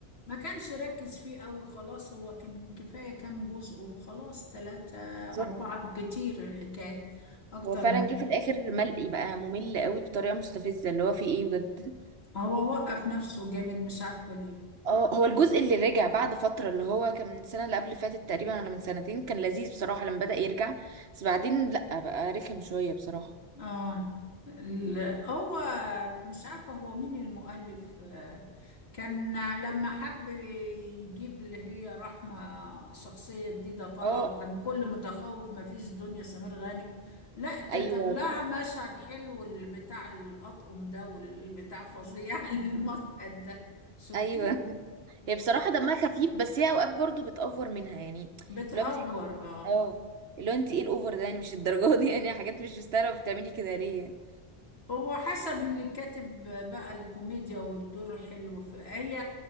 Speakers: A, on the left (about 80°); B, on the right (about 80°).
A: ما كانش ركز فيه قوي خلاص هو كان كفاية كام جزء وخلاص تلاتة
B: بالظبط
A: أربعة بالكتير الحكاية أكتر
B: هو فعلا
A: من
B: جه في الاخر ملقي بقى ممل قوي بطريقة مستفزة اللي هو فيه ايه بجد
A: هو وقف نفسه جامد مش عارفة ليه
B: اه هو الجزء اللي رجع بعد فترة اللي هو كان من السنة اللي قبل اللي فاتت تقريبا ولا من سنتين كان لذيذ بصراحة لما بدأ يرجع بس بعدين لأ بقى رخم شوية بصراحة
A: اه ال- هو مش عارفة هو مين المؤلف آه، كان لما حب يجيب اللي هي رحمة شخصية جديدة طالعة
B: اه
A: وكان كل متخوف ما فيش دنيا سمير غانم لا كتب
B: ايوه
A: لها
B: كل
A: مشهد حلو بتاع الأطقم ده والبتاع فظيع <laughs> المشهد ده شفتيه
B: ايوه <laughs> هي بصراحة دمها خفيف بس هي اوقات برضو بتأفور منها يعني
A: بتأفور
B: اللي هو بتح...
A: اه
B: اه اللي هو انت ايه الاوفر ده يعني مش الدرجة دي يعني حاجات مش مستاهلة بتعملي كده ليه يعني
A: هو حسب اللي كاتب بقى الكوميديا والدور حلو فهي